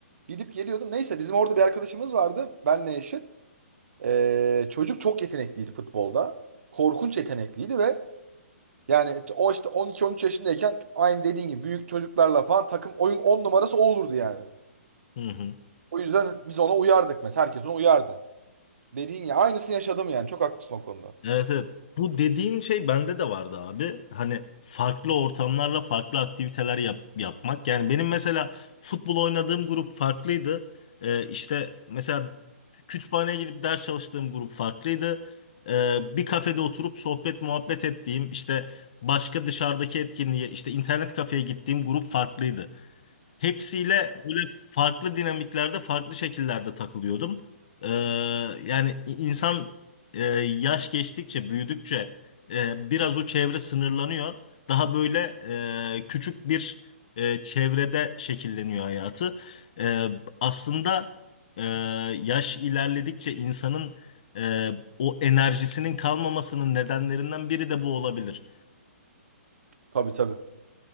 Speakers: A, on the right; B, on the left.
A: gidip geliyordum. Neyse bizim orada bir arkadaşımız vardı. Benle eşit. E, çocuk çok yetenekliydi futbolda. Korkunç yetenekliydi ve yani o işte 12-13 yaşındayken aynı dediğin gibi büyük çocuklarla falan takım oyun 10 numarası o olurdu yani.
B: Hı hı.
A: O yüzden biz ona uyardık mesela. Herkes ona uyardı. Dediğin ya aynısını yaşadım yani. Çok haklısın o konuda.
B: Evet evet. Bu dediğin şey bende de vardı abi. Hani farklı ortamlarla farklı aktiviteler yap- yapmak. Yani benim mesela futbol oynadığım grup farklıydı. Ee, işte mesela kütüphaneye gidip ders çalıştığım grup farklıydı. Ee, bir kafede oturup sohbet muhabbet ettiğim işte başka dışarıdaki etkinliğe işte internet kafeye gittiğim grup farklıydı. Hepsiyle böyle farklı dinamiklerde, farklı şekillerde takılıyordum. Ee, yani insan e, yaş geçtikçe, büyüdükçe e, biraz o çevre sınırlanıyor. Daha böyle e, küçük bir e, çevrede şekilleniyor hayatı. E, aslında e, yaş ilerledikçe insanın e, o enerjisinin kalmamasının nedenlerinden biri de bu olabilir.
A: Tabii tabii.